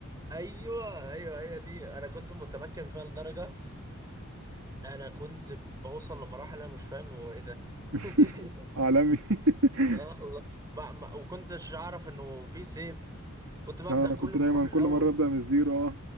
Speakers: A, on the right (about 15°); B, on the right (about 75°).
A: ايوه ايوه هي دي انا كنت متمكن فيها لدرجة انا كنت بوصل لمراحل انا مش فاهم هو ايه ده
B: <laughs>
A: <laughs>
B: عالمي <laughs>
A: اه والله ما ما وكنتش اعرف انه في سيف كنت ببدأ
B: أنا
A: كل
B: كنت
A: مرة
B: دايما
A: من
B: كل
A: الاول
B: مرة أبدأ من الزيرو أه